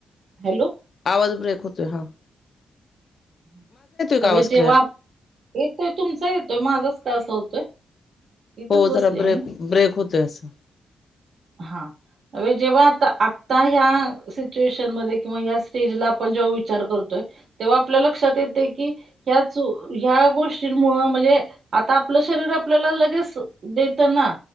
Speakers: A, on the right; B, on the left.
A: हॅलो.
B: आवाज ब्रेक होतोय बग.
A: <unintelligible>
B: का आवाज क्लिअर
A: येतोय तुमचा येतोय माझाच का असा होतोय? इथंच
B: हो,
A: बसले
B: जरा
A: मी.
B: ब्रेक, ब्रेक होतोय असा.
A: हां, जेंव्हा आता आत्ता हया सिच्युएशन मध्ये किंवा या स्टेजला आपण जेंव्हा विचार करतोय तेंव्हा आपल्या लक्षात येते कि ह्याच ह्या गोष्टींमुळं म्हजे आता आपलं शरीर आपल्याला लगेच देतं ना.